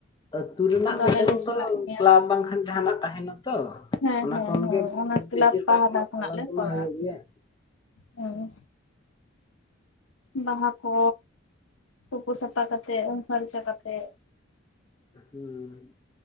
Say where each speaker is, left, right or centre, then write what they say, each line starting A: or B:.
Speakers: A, on the left; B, on the left.
A: ᱟᱹᱛᱩ ᱨᱮᱱᱟᱜ
B: ᱟᱫᱚ
A: ᱢᱤᱫᱴᱟᱝ
B: ᱟᱞ ᱞᱮ ᱪᱟᱞᱟᱜ ᱜᱮᱭᱟ
A: ᱠᱞᱟᱵᱽ ᱵᱟᱝᱠᱷᱟᱱ ᱡᱟᱦᱟᱱᱟᱜ ᱛᱟᱦᱮᱸᱱᱟ ᱛᱚ
B: ᱦᱮᱸ
A: ᱚᱱᱟ
B: ᱦᱮᱸ
A: ᱠᱷᱚᱱᱜᱮ
B: ᱦᱮᱸ ᱚᱱᱟ ᱠᱞᱟᱵᱽ
A: ᱵᱮᱥᱤᱨ
B: ᱯᱟᱦᱴᱟ
A: ᱵᱷᱟᱜᱽ ᱢᱟ
B: ᱠᱷᱚᱱᱟᱜ
A: ᱯᱟᱞᱟᱣ
B: ᱞᱮ
A: ᱠᱚᱢᱟ
B: ᱠᱚᱨᱟᱣᱟ
A: ᱦᱩᱭᱩᱜ ᱜᱮᱭᱟ᱾ ᱦᱩᱸ
B: ᱦᱮᱸ ᱵᱟᱦᱟ ᱠᱚ ᱛᱩᱯᱩ ᱥᱟᱯᱷᱟ ᱠᱟ ᱠᱟᱛᱮᱫ ᱩᱢ ᱯᱷᱟᱨᱪᱟ ᱠᱟᱛᱮᱫ
A: ᱦᱮᱸ